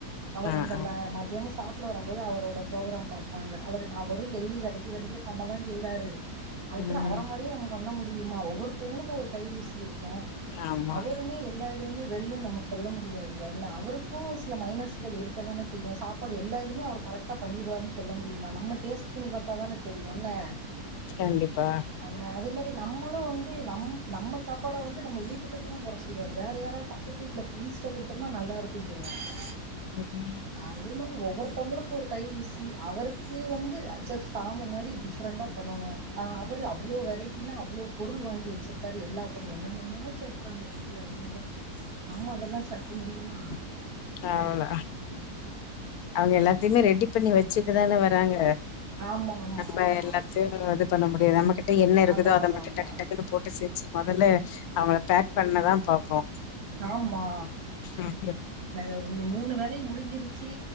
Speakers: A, on the right; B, on the left.
A: அவர்
B: ஆ
A: அந்த
B: ஆ
A: மதியான சாப்ட வரம் போது அவரோட ப்ரோக்ராம் பாப்பாங்க அவரு அவரோ டெய்லி வெரைட்டி வெரைட்டியா பண்ணதா செய்றாரு அதுக்குன்னு
B: ம்
A: அவர மாரியே நம்ம பண்ண முடியுமா ஒவ்வோர்த்தவங்குளுக்கோ ஒரு கை ருசி இருக்கோ
B: ஆமா
A: அவருமே எல்லாத் துலயுமே வெல்லுனு நம்ம சொல்ல முடியாது அவருக்கு சில மைனஸ்கள் இருக்க தான செய்யு சாப்பாடு எல்லாதுமே அவர் கரெக்ட் டா பண்ணிருவாருன்னு சொல்ல முடியுமா நம்ம டேஸ்ட் பண்ணி பாத்தாதானே தெரியு என்ன
B: கண்டிப்பா
A: என்ன அதே மாரி நம்மளு வந்து நம் நம்ம சாப்பாட வந்து நம்ம வீட்டுக்காரு தா கொற சொல்வாரு வேற யாராது வீட்ல ஃப்ரெண்ட்ஸிட்ட குடுத்தோம்னா நல்லா இருக்குன்னு சொல்வாங்க
B: ம்
A: அதே மாதிரி ஒவ்வோர்த்தவங்களு கோ ஒரு கை ருசி அவருக்கு வந்து அச்சா சாமு மாரி டிஃப்ரெண்டா பண்ணணோ அவரு அவ்ளோ வெரைட்டினா அவ்ளோ பொருள் வாங்கி வெச்சுருக்காரு எல்லா பொருள் என்னென்னமோ செஃ இருக்கறாங்க இங்கயு அங்கியுமே நம்ம அதெல்லா சேக்க முடியுமா
B: அவ்ள அவங்க எல்லாத்தையு ரெடி பண்ணி வெச்சுட்டு தான வராங்க
A: ஆமா ஆமா
B: நம்ப
A: ஆமா
B: எல்லாத்தையு இது பண்ண முடியாது நம்மகிட்ட என்ன இருக்குதோ
A: அதா
B: அத
A: அதா
B: மட்டு
A: அதா
B: டக்கு டக்குன்னு போட் டு செஞ்சு மொதல்ல அவங்கள பேக் பண்ணதா பாப்போ
A: ஆமா
B: ம்
A: னாது மூணு வேலையு முடிஞ்சிருச்சி